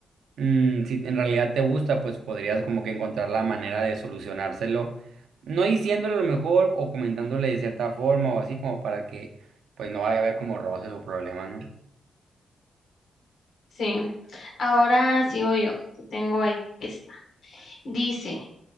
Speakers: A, on the right (about 80°); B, on the left (about 60°).
A: Mm, si en realidad te gusta, pues podrías como que encontrar la manera de solucionárselo, no diciéndole lo mejor o comentándole de cierta forma o así como para que pues no vaya a haber como roces o problemas, ¿no?
B: Sí. Ahora sí sigo yo, que tengo e- esta. Dice,